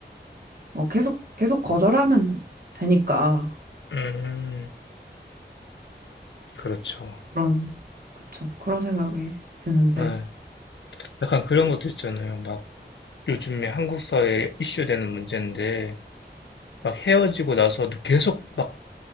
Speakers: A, on the right; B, on the left.
A: 어, 계속, 계속 거절하면 되니까.
B: 음, 그렇죠.
A: 그런, 그쵸. 그런 생각이 드는데.
B: 예. 약간 그런 것도 있잖아요. 막 요즘에 한국 사회에 이슈되는 문제인데, 막 헤어지고 나서도 계속 막